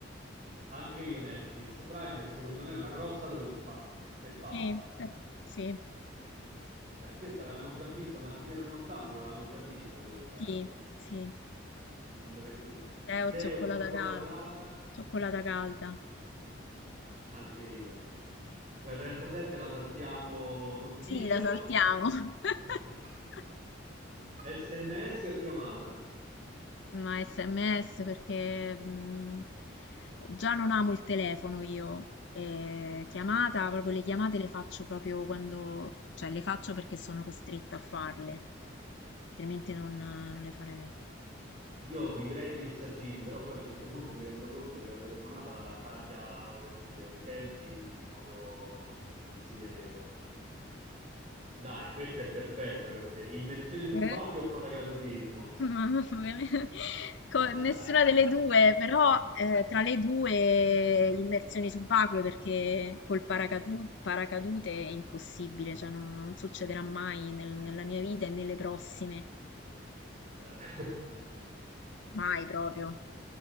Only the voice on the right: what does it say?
Anche io Netflix. Prime secondo me è una grossa truffa e basta.
Cioè, questa l'avevamo già vista, Mattiniero Nottambulo l'avevamo già vista questa.
Un refuso.
Tè
o cioccolata
calda?
Anche io. La 37 la saltiamo d'ufficio
perché...
<laughs> SMS o chiamata?
Io vivrei di messaggini, però poi a un certo punto mi rendo conto che la telefonata taglia, come dire, i tempi in modo considerevole. Dai, questa è perfetta per te. Immersioni subacquee
o paracadutismo?
<laughs>
Eh. <laughs>